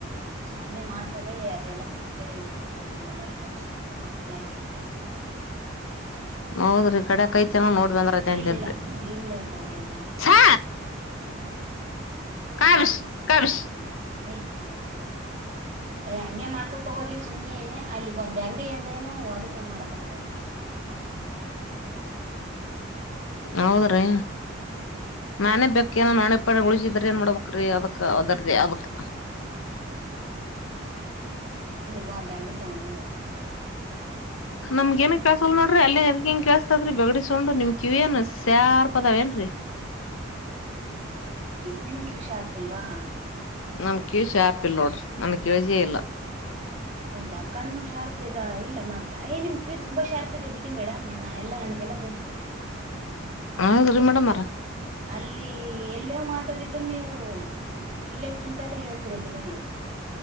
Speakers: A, on the right; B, on the left.
A: ಸಂಜೆ ಮಾಡ್ತದೆ ಅದೆಲ್ಲಾ ಫ್ರಿಜ್ ಮಲ್ಲಿ ಹ ತೋರು ನಿಮ್ಮ ಎಲ್ಲ ಐಟಮ್ಸ್ ಯಾಕೆ
B: ಹೌದ್ರಿ ಕಡ್ಯಾಕ್ ಐತೆನ ನೋಡ್ ಬಂದ್ರಐತೆ ಅಂತೇನ್ರಿ
A: ಇಲ್ಲಿಲ್ಲ ಇಲ್ಲ ತಗಳಿನ
B: ಸಾ ಕವಿಸ ಕವಿಸ
A: ಹ ಏ ಹಂಗಗೆ ಮಾಡ್ತ ತಗೋ್ರಿ ಸುಮನೆ ಅಲ್ಲಿಗ ಒಂದ್ ಬಗಡಿ ಅದಏನು ಒದಕ್ ಹ ಮಡಕದ
B: ಹೌದ್ರೀ ನಾನೇ ಬೇಕೇಏನೋ ನಾನೆ ಪಣ ಉಳಿಸಿದ್ರಿ ಏನ್ ಮಾಡ್ಬೇಕಕ್ಅದಕ್ಕ ಅದರ ಅದಕ್ಕ
A: ಬ್ಯಾಂಡ ಸೌಂಡು
B: ನಮ್ಗ ಏನ ಕೆೇಸಲ್ ನೋಡ್ರಿ ಅಲ್ಲಿ ಎದಗಿಂಗ ಕೆೇಸತದಿ ಬಗಡಿಸಕೊಂಡು ನಿಮ್ ಕ ಇವ್ನ್ ಸ್ಯಾರ್ ಪದಾವ ಏನ್ರೀ
A: ನಿಮ್ಗೆ ಹುಷಾರರ್ತಿಲ್ವಾ
B: ನಮಕ್ ಶಾಪ್ ಇಲ್ಲೋಡ ನಮಗೆ ಯೋಷ ಇಲ್ಲ
A: ಹೌದಾ ಕಣ್ಣು ಶಾರ್ಪ್ ಇದೆ ಇಲ್ಲ ಮತ್ತ ಏ ನಿಮ್ ಕೀವ ತುಂಬಾ ಶಾರ್ಪ್ ಇದೆ ಬಿಡಿ ಮೇಡಮ್ ನಾ ಎಲ್ಲಾ ನನ್ಗೆಲ್ಲಾ ಗೊತ್ತು
B: ಹಾ ಸರಿ ಮೇಡಮ್ರ
A: ಅಲ್ಲಿ ಎಲ್ಲೋ ಮಾತಾಡಿದ್ದು ನೀವು ಇಲ್ಲೇ ಕುಲ್ತಲ್ಲೇ ಹೇಳ್ ಬಿಡಿ ನೀು